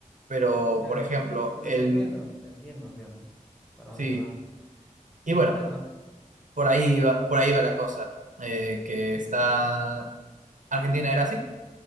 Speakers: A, on the right; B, in the centre.
A: pero
B: claro,
A: por ejemplo,
B: sí, pero
A: el...
B: te entiendo, te entiendo, digamos, para
A: Sí,
B: dónde va.
A: y
B: Y
A: bueno,
B: bueno, acá
A: por ahí va, por ahí va la cosa, eh, que está... Argentina era así,